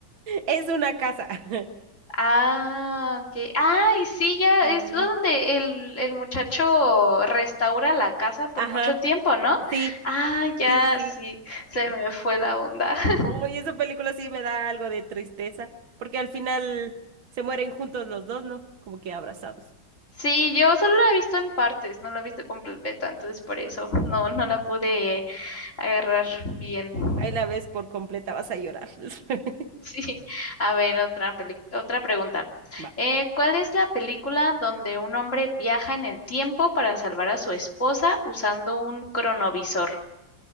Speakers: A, on the right; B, on the left.
A: Es una casa. <laughs>
B: Ah, ok. Ay, sí, ya
A: Sí.
B: es donde el, el muchacho restaura la casa por
A: Ajá.
B: mucho tiempo, ¿no?
A: Sí,
B: Ah, ya,
A: sí, sí.
B: sí, se
A: sí.
B: me fue la onda. <laughs>
A: uy esa película sí me da algo de tristeza, porque al final se mueren juntos los dos, ¿no? Como que abrazados.
B: Sí, yo solo la he visto en partes, no la he visto completa, entonces por eso no, no la pude agarrar bien. <laughs>
A: Ahí la ves por completa, vas a llorar. <laughs>
B: Sí. A ver, otra peli- otra pregunta.
A: Va,
B: Eh, ¿cuál es la película donde un hombre viaja en el tiempo para salvar a su esposa usando un cronovisor?